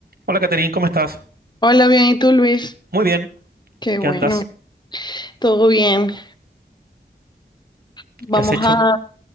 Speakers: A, on the right (about 60°); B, on the left (about 25°).
A: Hola, Caterín, ¿cómo estás?
B: Hola, bien, ¿y tú, Luis?
A: Muy bien,
B: Qué bueno,
A: ¿qué andas?
B: todo bien. Vamos
A: ¿Qué has hecho?
B: a,